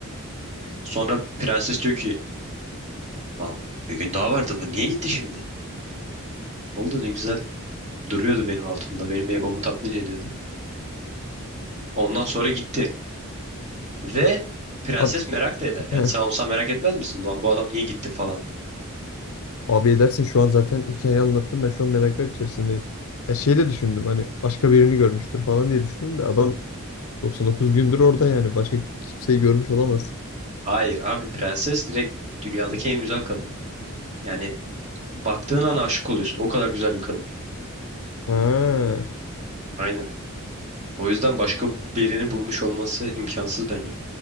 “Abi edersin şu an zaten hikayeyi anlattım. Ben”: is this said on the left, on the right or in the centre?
Left